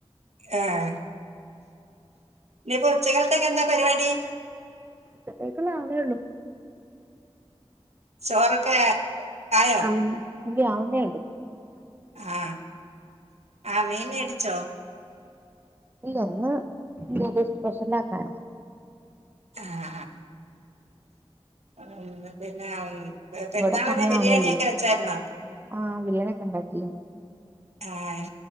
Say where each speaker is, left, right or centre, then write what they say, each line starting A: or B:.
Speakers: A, on the right (about 85°); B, on the right (about 20°).
A: ആഹ് ഇനിപ്പോ ഉച്ചക്കാലത്ത് ക്കെന്താ പരിപാടി
B: ച്ചതേകുള്ള അവണെഒള്ളു
A: ചോറൊക്കെ ആയോ
B: ആയ ആവുന്നേ ഒള്ളു
A: ആഹ് ആഹ് മീൻ മേടിച്ചോ
B: ഇല്ലന്ന് ഇത് സ്പെഷ്യലന്ന്
A: ആഹ് ഉം പിന്നെ പെരുന്നാളിനു
B: ഇവിടെ സമയാവണേയുള്ളേ
A: ബിരിയാണിയൊക്കെ വെച്ചായിരുന്നോ
B: ആഹ് ബിരിയാണിഒക്കെണ്ടാക്കി
A: ആഹ്